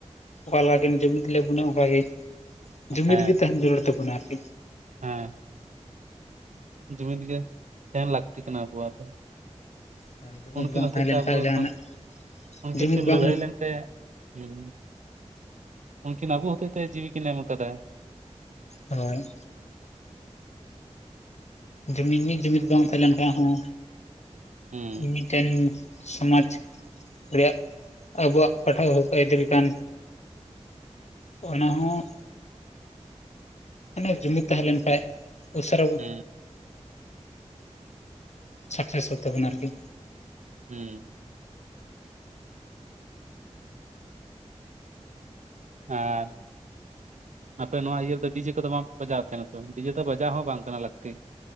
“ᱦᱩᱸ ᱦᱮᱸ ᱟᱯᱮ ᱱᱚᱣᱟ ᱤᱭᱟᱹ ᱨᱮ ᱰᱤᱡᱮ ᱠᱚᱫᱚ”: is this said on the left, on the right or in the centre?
Right